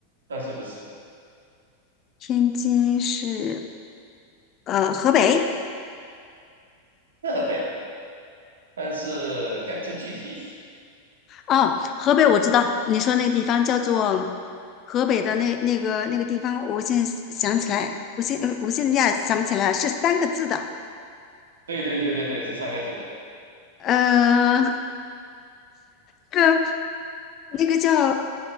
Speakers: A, on the right; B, on the left.
A: 但是不是，
B: 天津是呃河北。
A: 在河北。但是该这具体，
B: 哦，河北我知道，你说那个地方叫做河北的那那个那个地方，我现在想起来，我现呃我现在一下想不起来，是三个字的，
A: 对对对对对，是三个字的，
B: 呃，那个那个叫，